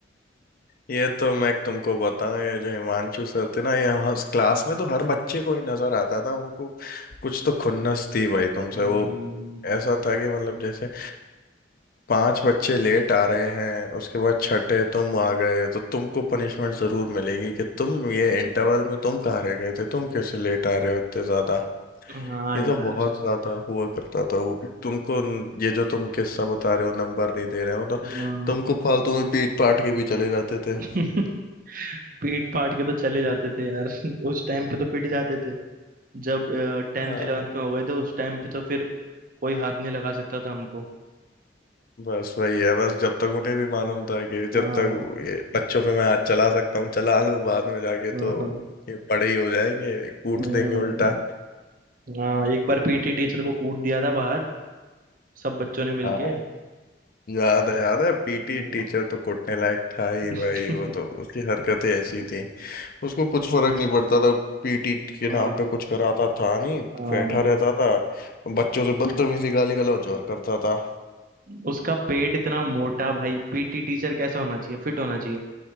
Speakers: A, on the left; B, on the right.
A: ये तो मैं तुमको बताऊं ये जो हिमांशु सर थे ना यहाँ क्लास में तो हर बच्चे को ही नजर आता था उनको कुछ तो खुन्नस थी भाई तुमसे
B: हम्म,
A: वो ऐसा था कि मतलब जैसे पांच बच्चे लेट आ रहे हैं उसके बाद छठे तुम आ गए तो तुमको पनिशमेंट जरूर मिलेगी कि तुम ये इंटरवल में तुम कहाँ रह गए थे तुम कैसे लेट आ रहे हो इतने ज्यादा
B: हाँ
A: ये
B: यार
A: तो बहुत ज्यादा हुआ करता था वो तुमको न- ये जो तुम किस्सा बता रहे हो नंबर नहीं दे रहे हो तो
B: हाँ।
A: तुमको फालतू में पीट पाट के भी चले जाते थे
B: <laughs> पीट पाट के तो चले जाते थे यार <laughs> उस टाइम पे तो पिट जाते थे जब टेंथ
A: हाँ
B: इलेवेंथ में हो गए थे उस टाइम पे तो फिर कोई हाथ नहीं लगा सकता था हमको
A: बस वही है बस जब तक उन्हें भी मालूम था कि
B: हाँ
A: जब तक ये बच्चों पे मैं हाथ चला सकता हूँ चला लूँ बाद में जाके
B: हाँ
A: तो
B: हाँ
A: ये बड़े ही हो जाएंगे कूट
B: हम्म,
A: देंगे उल्टा
B: हाँ, एक बार पीटी टीचर को कूट दिया था बाहर सब बच्चों ने मिलके
A: हाँ याद है याद है पीटी
B: हाँ
A: टीचर तो कूटने लायक था ही
B: <laughs>
A: भाई वो तो उसकी हरकतें ऐसी थी उसको कुछ फर्क नहीं पड़ता था पीटी के
B: हाँ
A: नाम पे कुछ कराता था नहीं
B: हाँ
A: बैठा रहता था बच्चों से बदतमीजी गाली गलौज और करता था
B: उसका पेट इतना मोटा भाई पीटी टीचर कैसा होना चाहिए फिट होना चाहिए